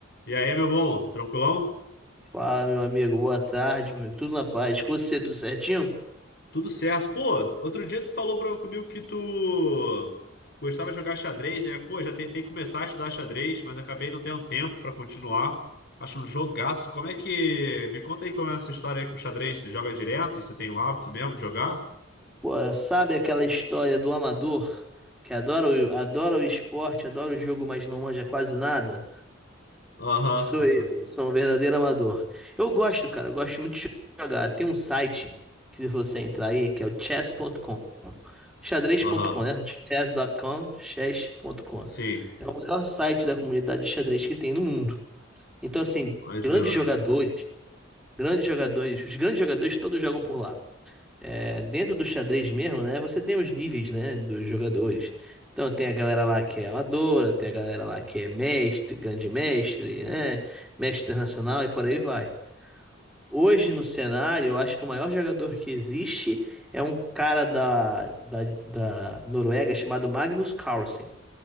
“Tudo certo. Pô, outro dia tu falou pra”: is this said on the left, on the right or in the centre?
Left